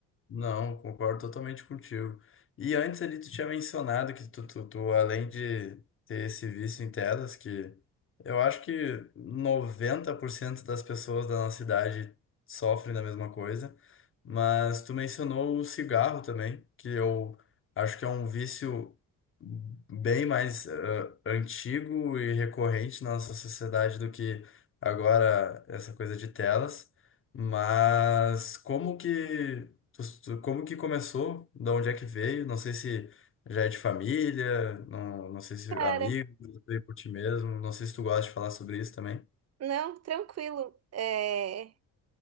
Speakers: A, on the left; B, on the right.
A: Não, concordo totalmente contigo. E antes ali tu tinha mencionado que tu, tu, tu, além de ter esse vício em telas, que eu acho que 90% das pessoas da nossa idade sofrem da mesma coisa, mas tu mencionou o cigarro também, que eu acho que é um vício bem mais ah, antigo e recorrente na nossa sociedade do que agora essa coisa de telas. Mas como que Tu- tu- como que começou? De onde é que veio? Não sei se já é de família, não, não sei se
B: Cara,
A: amigo, se veio por ti mesmo, não sei se tu gosta de falar sobre isso também.
B: Não, tranquilo. É,